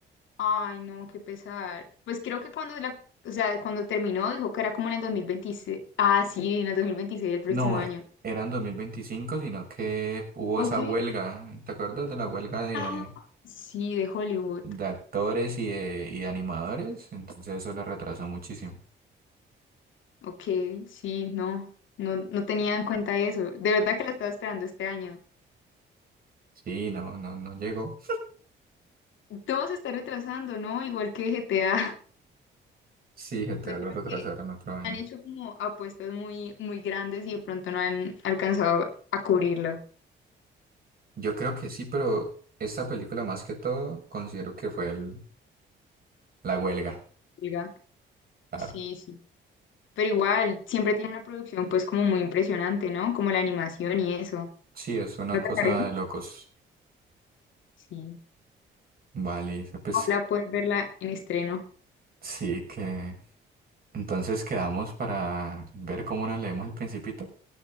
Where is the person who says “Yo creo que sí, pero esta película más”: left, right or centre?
Right